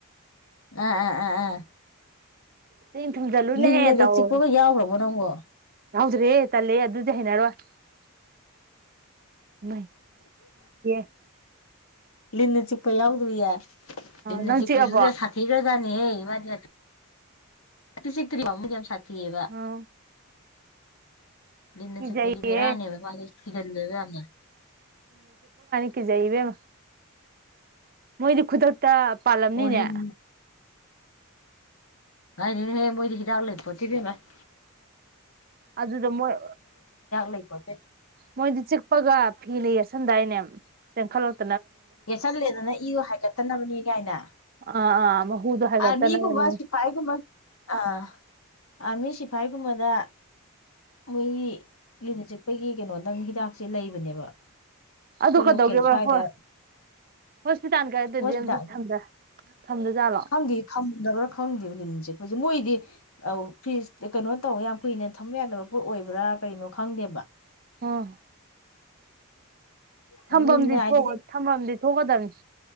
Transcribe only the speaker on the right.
ꯆꯦꯡ ꯊꯨꯝꯖꯜꯂꯨꯅꯦ
ꯇꯧ
ꯌꯥꯎꯗ꯭ꯔꯦ ꯇꯜꯂꯦ ꯑꯗꯨꯗꯤ ꯍꯩꯅꯔꯣꯏ꯫ ꯑꯦꯃꯩ <unintelligible>
ꯅꯪ
ꯆꯤꯛꯑꯕꯣ
ꯑ
ꯀꯤꯖꯩꯌꯦ
ꯀꯤ ꯖꯩ ꯏꯕꯦꯝꯃꯥ ꯫ ꯃꯣꯏꯗꯤ ꯈꯨꯗꯛ ꯇ ꯄꯥꯜꯂꯝꯅꯤꯅꯦ꯫
ꯑꯗꯨꯗ ꯃꯣꯏ
ꯃꯣꯏꯗꯤ ꯆꯤꯛꯄꯒ ꯐꯤꯅ ꯌꯦꯁꯟꯗꯥꯏꯅꯦ ꯆꯈꯠꯂꯛ
ꯑꯥ ꯑꯥ ꯃꯍꯨꯗꯣ ꯍꯥꯏꯒꯠꯇꯅꯕꯅꯦ
ꯑꯗꯨ ꯀꯩꯗꯧꯒꯦꯕ
ꯍꯣꯏ ꯍꯣꯁꯄꯤꯇꯥꯜ ꯀꯥꯏꯗꯗꯤ
ꯑꯝꯇ ꯊꯝꯗꯖꯥꯠꯂꯣ?
ꯑ꯫
ꯊꯝꯐꯝꯗꯤ
ꯊꯣꯛ ꯊꯝꯐꯝꯗꯤ ꯊꯣꯛꯀꯗꯕꯅꯤ꯫